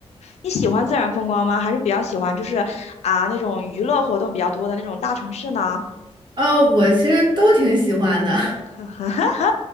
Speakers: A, on the left; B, on the right.
A: 你喜欢自然风光吗？还是比较喜欢就是啊那种娱乐活动比较多的那种大城市呢？
B: 呃，我其实都挺喜欢的。
A: <laughs>